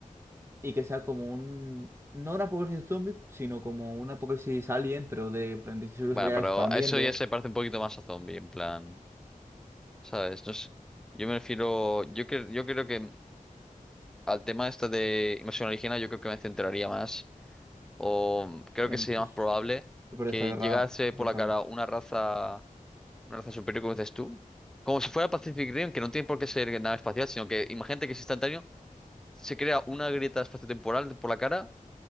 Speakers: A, on the right; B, in the centre.
A: Y que sea como un... No un apocalipsis zombie, sino como un apocalipsis alien, pero de, en plan de que ese virus
B: Bueno,
A: se vaya
B: pero
A: expandiendo.
B: a eso ya se parece un poquito más a zombie, en plan, ¿sabes? No sé. Yo me refiero, yo, cre- yo creo que al tema este de invasión alienígena, yo creo que me centraría más, o creo
A: En-
B: que sería
A: es
B: más probable
A: súper
B: que
A: desagradable,
B: llegase
A: súper
B: por la
A: desagradable.
B: cara una raza. Una raza superior, como dices tú. Como si fuera Pacific Rim, que no tiene por qué ser nada espacial, sino que imagínate que es instantáneo, se crea una grieta espaciotemporal por la cara